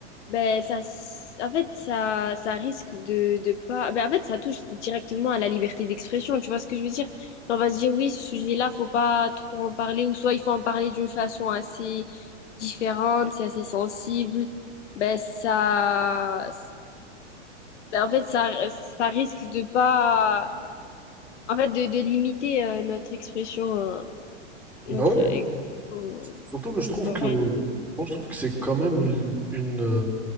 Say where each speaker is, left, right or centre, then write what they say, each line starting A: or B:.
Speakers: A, on the left (about 70°); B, in the centre.
A: ben ça, s- en fait, ça, ça risque de, de pas. Ben en fait, ça touche directement à la liberté d'expression. Tu vois ce que je veux dire? On va se dire oui, ce sujet-là, faut pas trop en parler, ou soit il faut en parler d'une façon assez différente, c'est assez sensible ben ça ben, en fait, ça, ça risque de pas, en fait, de, de limiter euh, notre expression, euh,
B: Bah
A: notre
B: ouais,
A: ex- euh,
B: Surtout que je trouve
A: ouais.
B: que, moi, je trouve que c'est quand même une, une, euh,